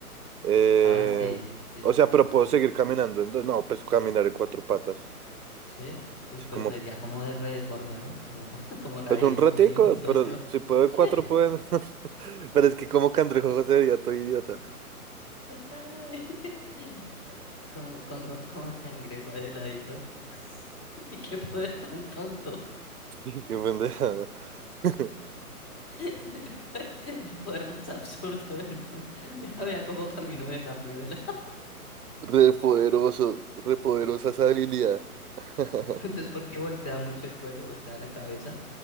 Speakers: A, on the right; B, on the left.
A: Eh,
B: Ah, sí, sí,
A: o
B: sí,
A: sea,
B: sí,
A: pero
B: poder.
A: puedo seguir caminando en dos. No, pues caminar en cuatro patas.
B: Sí. Uy,
A: Así
B: pero
A: como,
B: sería como de re deforme, ¿no? Como, <laughs> como rarito,
A: pues un ratico,
B: mi, mi socio.
A: pero si puedo
B: <laughs>
A: en cuatro, puedo en- <laughs> Pero es que como cangrejo José veía todo idiota. <laughs>
B: Ay, <laughs> Como, como, como cangrejo de ladito. <laughs> Y qué poder tan tonto.
A: Sí, Qué pendeja. <laughs>
B: <laughs> del poder, el poder más absurdo del mundo. <laughs> Mira, vea cómo caminó de rápido. De la...
A: Re poderoso, re poderosa esa habilidad. <laughs>
B: <laughs> Entonces, porque voltea mucho el cuello, voltea la cabeza